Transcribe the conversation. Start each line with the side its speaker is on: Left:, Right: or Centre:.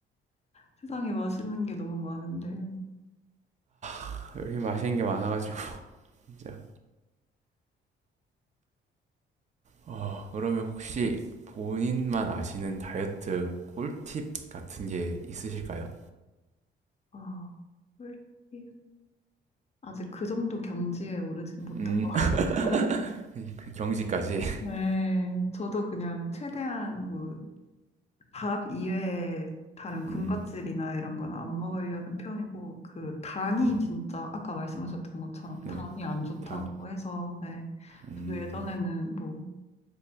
Left: 세상에 맛있는 게 너무 많은데,
Right: <laughs> 여기 맛있는 게 많아가지고 진짜. 어 그러면 혹시 본인만 아시는 다이어트 꿀팁 같은 게 있으실까요?
Left: 아, 솔직히 아직 그 정도 경지에 오르진 못한
Right: 음,
Left: 것 같고. <laughs>
Right: <laughs> 그 경지까지.
Left: 네,
Right: <laughs>
Left: 저도 그냥 최대한 뭐, 밥 이외에 다른 군것질이나
Right: 음,
Left: 이런 건 안 먹으려는 편이고, 그 당이
Right: 음,
Left: 진짜 아까 말씀하셨던 것처럼 당이
Right: 네,
Left: 안 좋다고
Right: 당,
Left: 해서, 네.
Right: 음,
Left: 저도 예전에는 뭐,